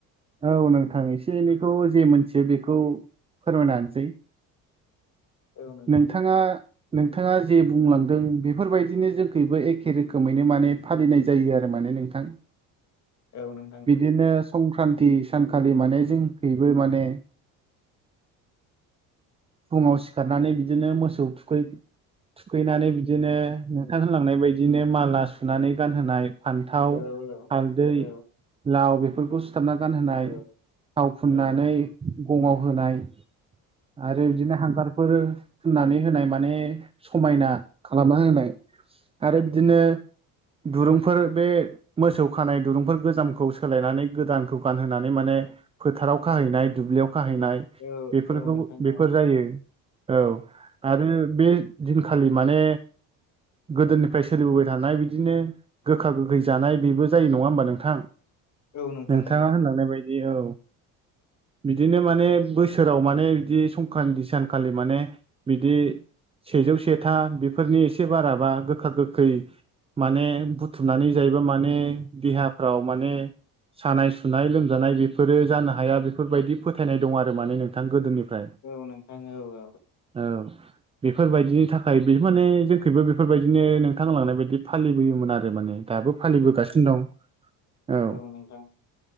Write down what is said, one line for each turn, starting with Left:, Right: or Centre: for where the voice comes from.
Right: औ नोंथां एसे एनैखौ जे मोनथियो बेखौ फोरमायनासै।
Left: औ नोंथां
Right: नोंथाङा नोंथाङा जे बुंलांदों बेफोरबायदिनो जोंखबो एखे रोखोमैनो माने फालिनाय जायो आरो माने नोंथां।
Left: एनो
Right: बिदिनो संक्रान्ति सानखालि माने जोंखैयबो माने फुङाव सिखारनानै बिदिनो मोसौव थुखैनानै बिदिनो नोंथां लांनाय बायदिनो माला सुनानै गानहोनाय फान्थाव
Left: औ औ
Right: हालदै
Left: औ
Right: लाव बेफोरखौ सुथाबना गानहोनाय
Left: औ
Right: थाव फुननानै
Left: औ
Right: गंङाव होनाय आरो बिदिनो हांगारफोर फुननानै होनाय माने समायना खालामना होनाय आरो बिदिनो दुरुंफोर बे मोसौव खानाय दुरुंफोर गोजामखौ सोलायनानै गोदानखौ गानहोनानै माने फोथाराव खाहैनाय दुब्लियाव खाहैनाय
Left: औ
Right: बेफोरखौ
Left: औ नोंथां।
Right: बेफोर
Left: औ
Right: जायो औ आरो बे दिनखालि माने गोदोनिफ्राय सोलिबोबाय थानाय बिदिनो गोखा गोखैय जानाय बेबो जायो नंङा होमबा नोंथां
Left: औ नोंथां
Right: नोंथाङा होनलांनाय बायदि ए औ बिदिनो माने बोसोराव माने बिदि संक्रान्ति सानखालि माने बिदि सेजौ सेथा बेफोरनि एसे बाराबा गोखा गोखैय माने बुथुमनानै जायोबा माने देहाफ्राव माने सानाय सुनाय लोमजानाय बेफोरो जानो हाया बेफोरबायदि फोथायनाय दं आरो माने नोंथां गोदोनिफ्राय।
Left: औ नोंथां औ औ।
Right: औ बेफोरबायदिनि थाखाय बे माने जोंखैबो बेफोरबायदिनो नोंथां होनलांनाय बायदि फालिबोयोमोन आरो माने दाबो फालिबोगासिनो दं
Left: <inaudible>
Right: औ
Left: नोंथां